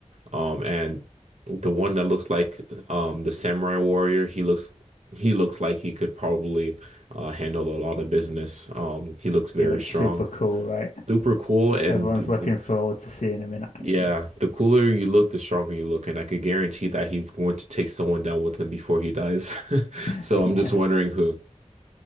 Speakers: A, on the right; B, on the left.
A: Um, and the one that looks like um the samurai warrior, he looks he looks like he could probably uh handle a lot of business. Um, he looks very
B: He looks
A: strong.
B: super cool, right?
A: Super cool and
B: Everyone's
A: th-
B: looking
A: th-
B: forward to seeing him in action.
A: yeah, the cooler you look, the stronger you look, and I could guarantee that he's going to take someone down with him before he dies. <laughs>
B: <laughs>
A: So
B: yeah.
A: I'm just wondering who.